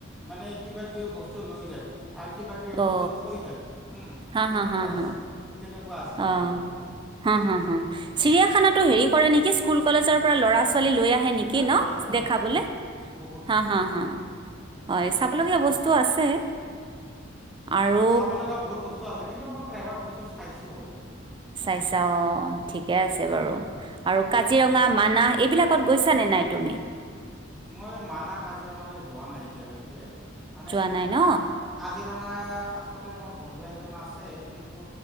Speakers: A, in the centre; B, on the right.
A: মানে কিবা কিবি বস্তু লৈ যায়। আৰু কিবা কিবি
B: অ
A: বস্তু থৈ যায়, হম
B: হা
A: তেনেকুৱা
B: হা হা
A: আছে।
B: হা
A: তেনেকুৱা আছিলে
B: অ',
A: বান্দৰবিলাক
B: হা হা হা, চিৰিয়াখানাত হেৰি কৰে নেকি স্কুল কলেজৰ পৰা ল'ৰা ছোৱালী লৈ আহে নেকি
A: এ
B: ন',
A: বহুত বহুত
B: দেখাবলে?
A: বহুত বহুত
B: হা
A: বহুত
B: হা হা হয় চাবলগীয়া বস্তু
A: বহুত
B: আছে। আৰু
A: চাব লগা বহুত বস্তু আছে কিন্তু মই প্ৰায়ভাগ বস্তু চাইছো অলৰেডি। গুৱাহাটীৰ
B: চাইছা অ ঠিকে আছে বাৰু আৰু কাজিৰঙা মানাহ এইবিলাকত গৈছা নে নাই তুমি?
A: মই মানাহ কাজিৰঙালৈ যোৱা নাই এতিয়ালৈকে। মানে
B: যোৱা নাই ন
A: ক কাজিৰঙাৰ কাষতে মোৰ বন্ধু এজন আছে কিন্তু